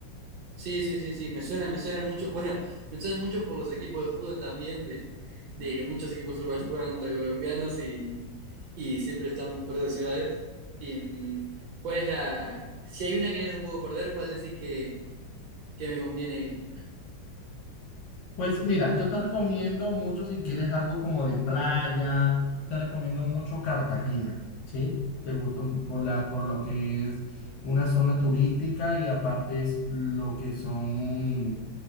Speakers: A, on the right; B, on the left.
A: Sí, sí, sí, sí, me suena, me suena mucho, bueno, me suena mucho por los equipos de fútbol también, de, de que muchos equipos uruguayos juegan contra colombianos y, y siempre están por esas ciudades. Y, mm, ¿cuál es la, si hay una que no me puedo perder, cuál decís que, que me conviene ir?
B: Pues mira, yo te recomiendo mucho si quieres algo como de playa, te recomiendo mucho Cartagena, ¿sí? Te gusta un- por la, por lo que es una zona turística y aparte es lo que son